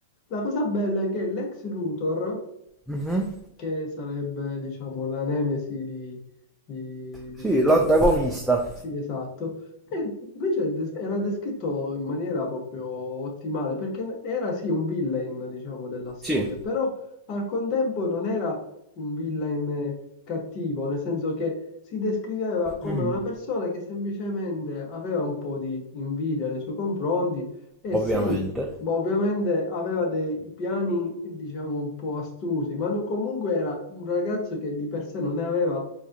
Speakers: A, on the left (about 35°); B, in the centre.
A: la cosa bella è che l'ex Luthor,
B: Mhm.
A: che sarebbe diciamo la nemesi di, di- di-
B: Sì, l'antagonista,
A: Sì, esatto. E invece des- era descritto in maniera proprio ottimale, perché era sì un villain, diciamo, della storia,
B: Sì.
A: però al contempo non era un villain eh, cattivo, nel senso che si descriveva come
B: Mhm.
A: una persona che semplicemente aveva un po' di invidia nei suoi confronti e
B: ovviamente.
A: sì, ma ovviamente aveva dei piani, diciamo, un po' astrusi, ma no- comunque era un ragazzo che di per sé non ne aveva